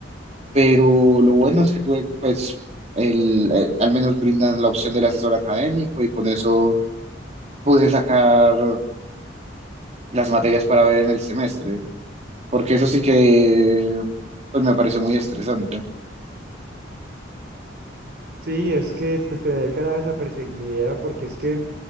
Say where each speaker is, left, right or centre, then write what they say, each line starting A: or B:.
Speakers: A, on the right (about 35°); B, on the right (about 55°).
A: Pero lo bueno es que tuve, pues, el, eh, al menos brindan la opción del asesor académico y con eso pude sacar las materias para ver en el semestre porque eso sí que pues me pareció muy estresante.
B: Sí, es que pues tener que dar esa perseguidera porque es que